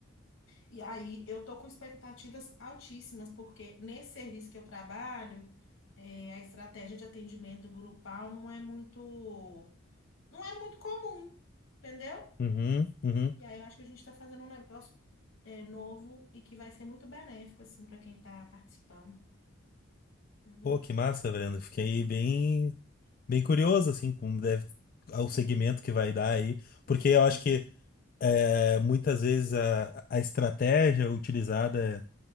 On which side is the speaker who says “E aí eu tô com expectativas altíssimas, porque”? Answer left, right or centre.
Left